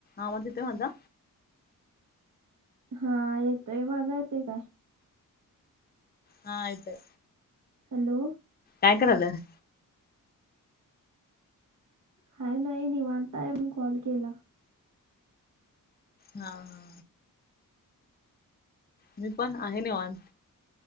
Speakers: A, on the left; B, on the right.
A: आवाज येतोय माझा.
B: हा येतोय माझा येते काय?
A: हा येतोय.
B: हॅलो.
A: काय कराल्यास?
B: हाय नाय निवांत हाय मी कॉल केला.
A: हा हा. मी पण आहे निवांत.